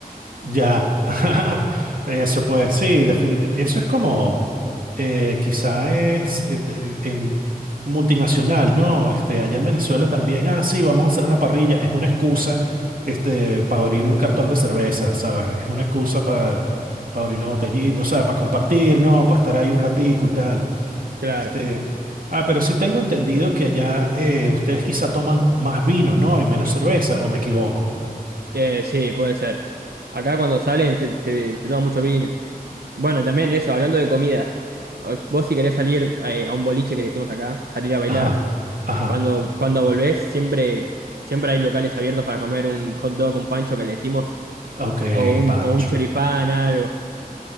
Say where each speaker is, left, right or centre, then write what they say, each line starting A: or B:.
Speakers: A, on the right; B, on the right.
A: ya. <laughs> Eso pues, sí, definitivamente. Eso es como, eh, quizá es eh, te- en multinacional, ¿no? Este, allá en Venezuela también, ah, sí, vamos a hacer una parrilla, es una excusa, este, para abrir un cartón de cerveza, ¿sabes? Es una excusa para, para abrir una botellita, o sea, para compartir, ¿no? Para estar ahí un ratico y tal.
B: Claro.
A: Este, ah, pero sí tengo entendido que allá eh, ustedes quizá toman más vino, ¿no? Y menos cerveza, ¿o me equivoco?
B: Eh, sí, puede ser. Acá cuando salen se, se- se toma mucho vino. Bueno, también eso, hablando de comidas. eh, Vos si querés salir eh, a un boliche que le decimos acá, salir a bailar,
A: Ajá, ajá,
B: cuando, cuando volvés siempre, siempre hay locales abiertos para comer un hot dog, un pancho que le decimos,
A: ok,
B: o un,
A: Pancho.
B: o un choripán, algo.